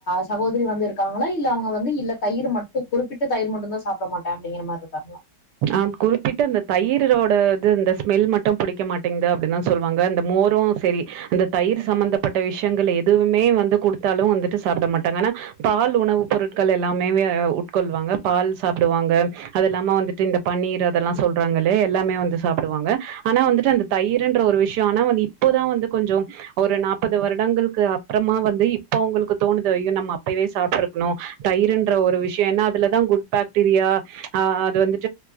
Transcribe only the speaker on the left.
சகோதரி வந்து இருக்காங்களா இல்ல அவங்க வந்து இல்ல தயிர் மட்டு குறிப்பிட்டு தயிர் மட்டும்தா சாப்பிட மாட்டே அப்டிங்கிற மாரி இருக்காங்களா